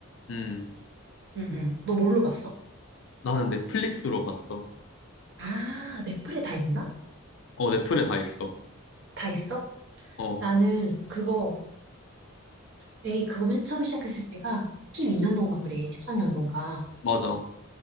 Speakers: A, on the left; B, on the right.
A: 음,
B: 응, 응. 너 뭘로 봤어?
A: 나는 넷플릭스로 봤어.
B: 아, 넷플에 다 있나?
A: 어, 넷플에 다 있어.
B: 다 있어?
A: 어,
B: 나는 그거, 그래, 그거 맨 처음 시작했을 때가 12년도인가 그래, 13년도인가.
A: 맞아.